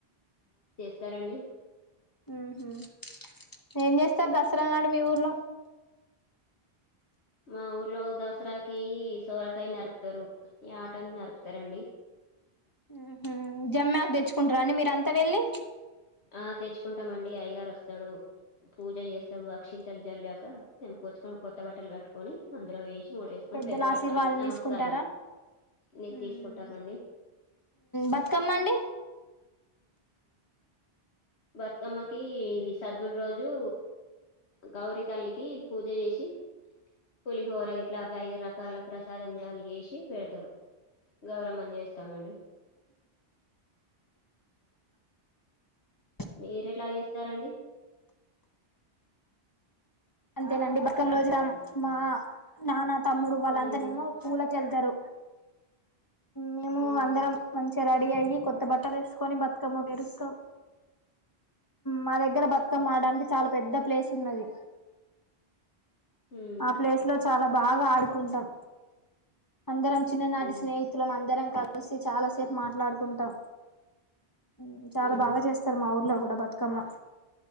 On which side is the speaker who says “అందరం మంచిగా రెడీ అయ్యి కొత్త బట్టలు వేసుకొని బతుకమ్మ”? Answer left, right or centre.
Left